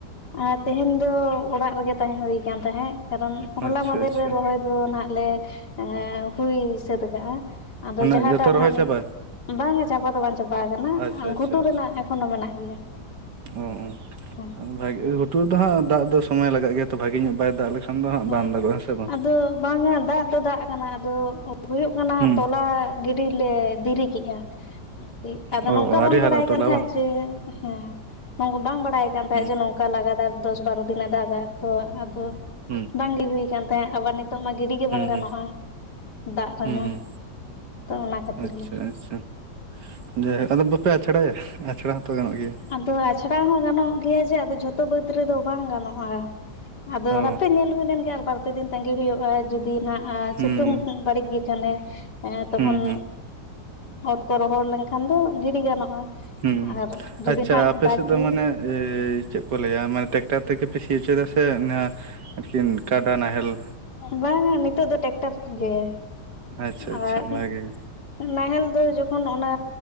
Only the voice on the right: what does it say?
ᱟᱪᱪᱷᱟ
ᱟᱪᱪᱷᱟ
ᱢᱟᱱᱮ
ᱡᱚᱛᱚ
ᱨᱚᱦᱚᱭ
ᱪᱟᱵᱟ?
ᱟᱪᱪᱷᱟ ᱟᱪᱪᱷᱟ
ᱟᱪᱪᱷᱟ
ᱚ
ᱚ ᱵᱷᱟᱜᱮ ᱜᱩᱴᱩ ᱨᱮ ᱫᱚ ᱦᱟᱹᱜ ᱫᱟᱹᱜᱽ ᱫᱚ ᱥᱚᱢᱚᱭ ᱞᱟᱜᱟᱜ ᱜᱮᱭᱟ ᱛ ᱵᱷᱟᱜᱮ ᱧᱚᱜ ᱵᱟᱭ ᱫᱟᱹᱜᱽ ᱞᱮᱠᱷᱟᱱ᱾ ᱫᱚ ᱦᱟᱸᱜ
ᱵᱟᱝ ᱫᱟᱜᱚᱜᱼᱟ ᱦᱮᱸ ᱥᱮ ᱵᱟᱝ
ᱦᱩᱸ
ᱚ
ᱚ
ᱟᱹᱣᱨᱤ
ᱦᱟᱨᱟᱜ
ᱛᱚᱞᱟ
ᱵᱟᱝ
ᱦᱩᱸ
ᱦᱩᱢ
ᱦᱩᱸ
ᱦᱩᱸ ᱦᱩᱸ
ᱟᱪᱪᱷᱟ
ᱟᱪᱪᱷᱟ ᱡᱟᱭᱦᱳᱠ ᱟᱫᱚ ᱵᱟᱯᱮ ᱟᱪᱷᱲᱟᱭᱟ ᱟᱪᱲᱟ ᱦᱚᱸᱛᱚ ᱜᱟᱱᱚᱜ ᱜᱮᱭᱟ
ᱚ
ᱦᱩᱸ
ᱦᱩᱸ ᱦᱩᱸ
ᱦᱩ
ᱟᱪᱪᱷᱟ
ᱟᱯᱮ
ᱥᱮᱫ
ᱫᱚ ᱢᱟᱱᱮ ᱮᱭ ᱪᱮᱫ ᱠᱚ ᱞᱟᱹᱭᱟ ᱢᱟᱱᱮ ᱴᱮᱠᱴᱟᱨ ᱛᱮᱜᱮ ᱯᱮ ᱥᱤ ᱦᱚᱪᱚᱭᱫᱟ? ᱥᱮ ᱟᱨᱠᱤᱱ ᱠᱟᱰᱟ ᱱᱟᱦᱮᱞ?
ᱟᱪᱪᱷᱟ ᱟᱪᱪᱷᱟ
ᱵᱷᱟᱜᱮ ᱜᱮ